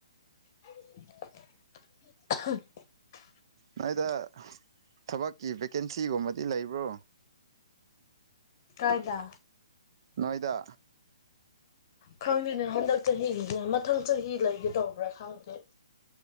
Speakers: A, on the left; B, on the right.
A: <unintelligible>
B: ꯅꯣꯏꯗ ꯊꯕꯛꯀꯤ ꯚꯦꯀꯦꯟꯁꯤꯒꯨꯝꯕꯗꯤ ꯂꯩꯕ꯭ꯔꯣ
A: ꯀꯥꯏꯗꯥ
B: ꯅꯣꯏꯗ
A: ꯈꯪꯉꯦꯅꯦ ꯍꯟꯗꯛ ꯆꯍꯤꯒꯤꯗꯤ ꯃꯊꯪ ꯆꯍꯤ ꯂꯩꯒꯗꯧꯕ꯭ꯔꯥ ꯈꯪꯗꯦ